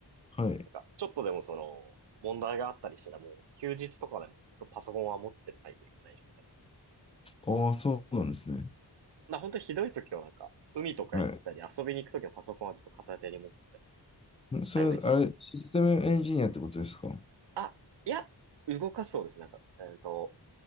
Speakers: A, on the left (about 15°); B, on the right (about 75°).
A: はい。
B: なんか、ちょっとでもその、問題があったりしたらもう、休日とかでもずっとパソコンは持ってないといけない状態だ。
A: ああ、そうなんですね。
B: まあ本当にひどい時はなんか、海とか行ったり遊びに行く時のパソコンはずっと片手に持って
A: はい。んそれは、
B: 対応できるようにみたい
A: あれ、システムエンジニアってことですか
B: な。あ、いや、動かすそうです。なんか、えっと、